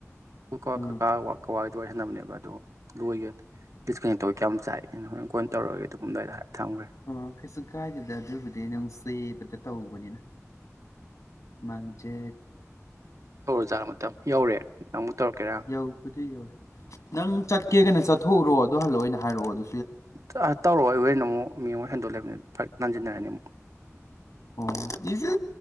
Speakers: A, on the right (about 70°); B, on the left (about 80°).
A: ꯑꯣ ꯋꯥ
B: ꯑ
A: ꯀ ꯀꯥ ꯋꯥꯋꯥ ꯂꯣꯏꯍꯟꯅꯕꯅꯦꯕ ꯑꯗꯨ ꯂꯣꯏꯒꯦ ꯗꯤꯁꯀꯅꯦꯛꯛꯇꯧꯒ ꯀꯌꯥꯝꯝ ꯆꯥꯏ ꯍꯣꯔꯦꯟ ꯀꯣꯏꯅ ꯇꯧꯔꯒꯦ ꯑꯗꯨꯝꯗꯥꯏꯗ ꯍꯥꯏꯔ ꯊꯝꯈ꯭ꯔꯦ
B: ꯑꯣ ꯀꯩꯁꯨ ꯀꯥꯏꯗꯦꯗ ꯑꯗꯨꯕꯨꯗꯤ ꯅꯪꯁꯦ ꯇꯧꯕꯅꯤꯅ ꯃꯪꯖꯦ
A: ꯌꯧꯔꯣꯖꯥꯠ ꯃꯇꯝ ꯌꯧꯔꯦ ꯅꯪ ꯑꯃꯨꯛ ꯇꯧꯔꯛꯀꯦꯔꯥ
B: ꯌꯧꯕꯨꯗꯤ ꯌꯧꯔꯦ ꯅꯪ ꯆꯠꯀꯦ ꯀꯅ ꯆꯠꯊꯣꯛꯎꯔꯣ ꯑꯗꯨ ꯍꯜꯂꯣꯑꯣ ꯑꯣꯏꯅ ꯍꯥꯏꯔꯛꯑꯣ ꯑꯗꯨ
A: ꯇꯧꯔꯛꯑꯣ ꯑꯩꯕꯣꯏꯅ ꯑꯃꯨꯛ ꯃꯤꯡ ꯍꯟꯗꯣꯛꯂꯦꯕꯅꯤ ꯐꯔ ꯟꯁꯤꯟꯅꯔꯅꯤ ꯑꯃꯨꯛ
B: ꯑꯣ ꯏꯆꯦ